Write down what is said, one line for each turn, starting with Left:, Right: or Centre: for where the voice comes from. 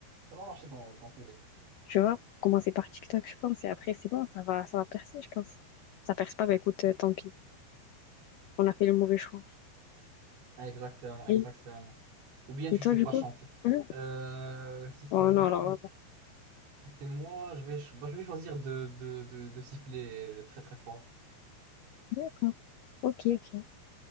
Right: Ça va marcher dans, dans tous les cas.
Left: tu vois, faut commencer par TikTok, je pense, et après, c'est bon, ça va, ça va percer, je pense. Ça perce pas, ben écoute, euh, tant pis. On a fait le mauvais choix.
Right: Exactement, exactement.
Left: Et,
Right: Ou bien tu
Left: et toi,
Right: sais
Left: du
Right: pas
Left: coup?
Right: chanter.
Left: Hein
Right: Euh, si c'est
Left: Oh
Right: moi,
Left: non, alors là,
Right: si c'est moi, je vais, ch- bah, je vais choisir de, de, de, de siffler très très fort.
Left: d'accord. Ok, ok.